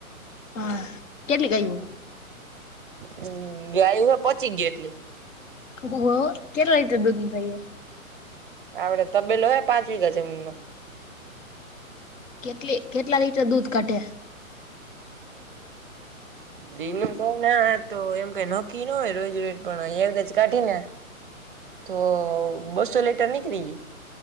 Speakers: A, on the left; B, on the right.
A: હા, કેટલી ગાયો
B: હમ્મ, ગાય ઉભા પચી ગયા એટલી.
A: કેટલા લીટર દૂધની ગાયો.
B: આવડે તબેલો ઓહે પાંચ વીઘા જમીનમાં.
A: કેટલી કેટલા લીટર દૂધ કાઢે.
B: દિવસો ના તો એમ કઈ નકી ન હોય રોજ- રોજ પણ <unintelligible> જ કાઢીના.
A: <inaudible>
B: તો બસ્સો લીટર નીકળી જાય.